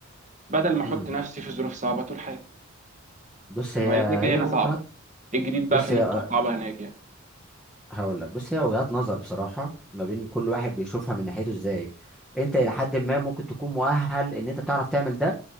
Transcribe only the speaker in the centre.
امم
بص
هي
هي
وجهات
بص
هي
هقول لك بص هي وجهات نظر بصراحة ما بين كل واحد بيشوفها من ناحيته ازاي انت الى حد ما ممكن تكون مؤهل ان انت تعرف تعمل ده